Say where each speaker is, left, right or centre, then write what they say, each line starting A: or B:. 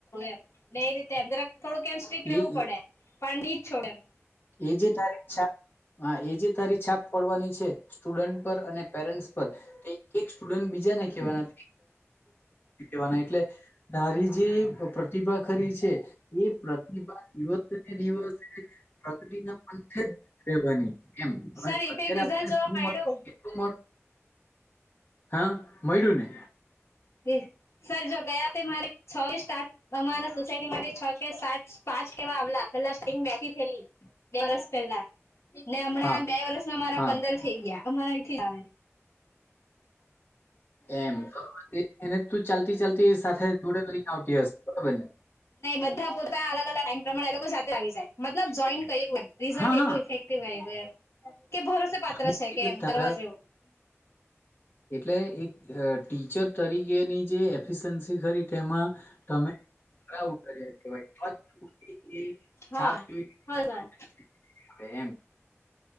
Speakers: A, on the left; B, on the left.
A: એમ ન એ રીતે એમ જરાક થોડું કેમ સ્સિટક રહેેવું
B: એ
A: પડે
B: એ
A: પણ નહી છોડે એમ
B: એ જે તારી છા હા એ જે તારી છાપ પડવાની છે સ્ટુડન્ટ પર અને પેરેન્ટ્સ પર એક એક સ્ટુડન્ટ બીજાને કહેવાના વાના એટલે તારી જે પ્રતિભા ખરી છે એ પ્રતિભા દિવસ ને દિવસ પ્રગતિ ના પંથે જ બની એમ
A: સર
B: હ
A: ઇફેક્ટ
B: અત્યારે
A: રિઝલ્ટ
B: આપણને
A: જોવા
B: શું
A: મળ્યું
B: કેટલું હા મળ્યું ને
A: એહં સર જો ગયા તે મારે છ કે સાત તમારા સોસાયટી માટે છ કે સાત પાંચ કેવા આવલા હતા પ્લાસ્ટિકમાંથી થેલી બે વર્ષ પહેલા ને હમણાં
B: હા
A: બે વર્ષમાં મારા
B: હા
A: પંદર થઈ ગયા અમારા થી આવે
B: એમ એને તું ચાલતી ચાલતી સાથે જોડે લઈને આવતી હશે બરોબર ને
A: બધા બોલતા અલગ અલગ તમારે આ લોકો સાથે આવી જાય મતલબ જોઇન્ટ કર્યું એમ રિઝલ્ટ
B: હા હા
A: એકલુ ઇફેકટીવ આવ્યું એમ કે ભરોસે પાત્ર
B: હા,
A: છે
B: એટલે
A: કે એમ
B: તારા
A: કરવા જેવું
B: એટલે એક ટી ટીચર, તરીકેની જે એફિસન્સી ખરી તેમા તમે ખરા ઉતર્યા કેવાય, તો જ એ
A: હા
B: છાપ જોઈતી
A: હા સર
B: ને વેમ